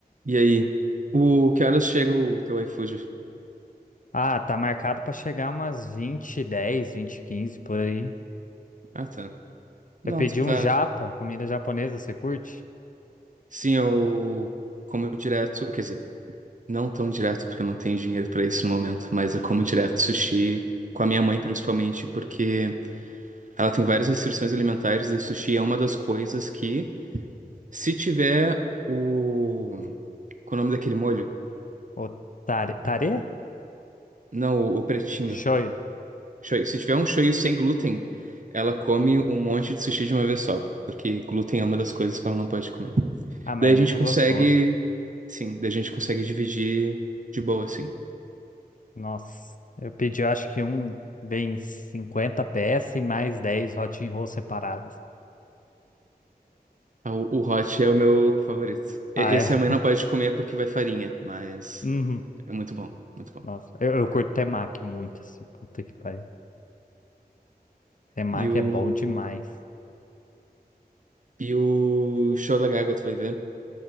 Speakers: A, on the right; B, on the left.
A: E aí, o que horas chega o teu iFood?
B: Ah, tá marcado pra chegar umas 20, 10, 20, 15 por aí.
A: Ah, tá. Não,
B: Eu pedi
A: tu tá.
B: um japa, comida japonesa, você curte?
A: Sim, eu como direto, quer dizer, não tão direto porque eu não tenho dinheiro pra isso no momento, mas eu como direto sushi com a minha mãe principalmente porque ela tem várias restrições alimentares e sushi é uma das coisas que se tiver o qual é o nome daquele molho?
B: O tare, tare?
A: Não, o, o pretinho.
B: Shoyu.
A: Shoyu. Se tiver um shoyu sem glúten, ela come um monte de sushi de uma vez só, porque glúten é uma das coisas que ela não pode comer.
B: Ah, mas
A: Daí
B: é muito
A: a gente consegue.
B: gostoso.
A: Sim, daí a gente consegue dividir de boa, assim.
B: Nossa, eu pedi, eu acho que um bem 50 peças e mais 10 hot roll separadas.
A: Ah, O, o hot é o meu favorito.
B: Ah,
A: E-
B: é?
A: Esse a mãe não pode
B: <laughs>
A: comer porque vai farinha, mas
B: Uhum.
A: é muito bom, muito bom.
B: Nossa, eu, eu curto temaki muito, assim, puta que pariu. Temaki
A: E o,
B: é bom demais.
A: e o show da Gaga, tu vai ver?